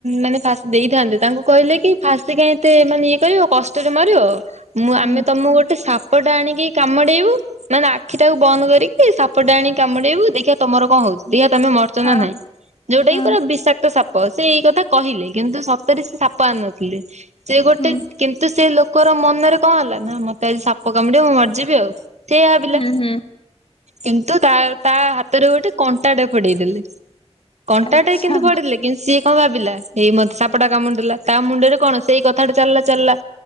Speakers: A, on the right; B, on the left.
A: ମାନେ ଫାସି ଦେଇଥାନ୍ତେ ତାଙ୍କୁ କହିଲେ କି ଫାଶୀ କାଇଁ ମତେ ମାନେ ଇଏ କରିବ କଷ୍ଟରେ ମାରିବ ମୁଁ
B: ହୁଁ
A: ଆମେ
B: ହୁଁ
A: ତମକୁ ଗୋଟେ ସାପଟା ଆଣିକି କାମୁଡେଇବୁ। ମାନେ ଆଖି ଟାକୁ ବନ୍ଦ କରିକି ସାପଟା ଆଣିକି କାମୁଡେଇବୁ ଦେଖିିବା ତମର କଣ ହଉଛି ଦେଖିଆ ତମେ ମରୁଚ
B: ହଁ
A: ନା ନାଇଁ। ଯୋଉଟା
B: ହଁ
A: କିି ପୁରା ବିଷାକ୍ତ ସାପ। ସେ ଏଇ କଥା କହିଲେ। କିନ୍ତୁ ସତରେ ସେ ସାପ ଆଣିନଥିଲେ ସେ ଗୋଟେ
B: ହୁଁ
A: କିନ୍ତୁ ସେ ଲୋକର ମନରେ କଣ ହେଲା ନା ମତେ ଆଜି ସାପ କାମୁଡିବ ମୁଁ ମରିଯିବି ଆଉ। ସେଇଆ ଭାବିଲା।
B: ହୁଁ ହୁଁ
A: କିନ୍ତୁ ତା ତା ହାତରେ ଗୋଟେ କଣ୍ଟାଟେ ଫୋଡେଇ ଦେଲେ। କଣ୍ଟାଟାଏ
B: ଆଚ୍ଛା
A: କିନ୍ତୁ ଫୋଡିଲେ କିନ୍ତୁ ସିଏ କଣ ଭାବିଲା ଏଇ ମତେ ସାପଟା କାମୁଡି ଦେଲା ତା ମୁଣ୍ଡରେ କଣ ସେଇ କଥା। ଚାଲିଲା ଚାଲିଲା